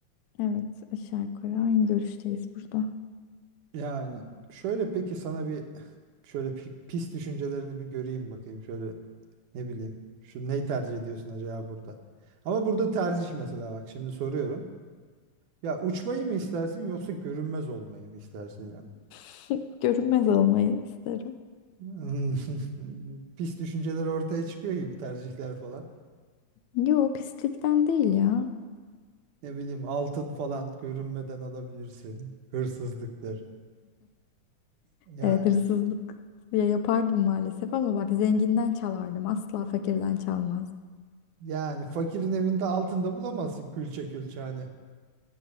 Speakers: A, on the left (about 75°); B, on the right (about 80°).
A: Evet, aşağı yukarı aynı görüşteyiz burada.
B: Yani şöyle peki sana bir şöyle pi- pis düşüncelerini bir göreyim bakayım. Şöyle ne bileyim. Şu neyi tercih ediyorsun acaba burada? Ama burada tercih mesela bak şimdi soruyorum. Ya uçmayı mı istersin yoksa görünmez olmayı mı istersin İrem?
A: <laughs> Görünmez olmayı isterim.
B: Hmm, <laughs> Pis düşünceler ortaya çıkıyor gibi tercihler falan.
A: Yo, pislikten değil ya.
B: Ne bileyim altın falan görünmeden alabilirsin. Hırsızlıktır. Yani
A: Evet, hırsızlık ya yapardım maalesef ama bak zenginden çalardım. Asla fakirden çalmaz.
B: Yani fakirin evinde altında bulamazsın külçe külçe hani.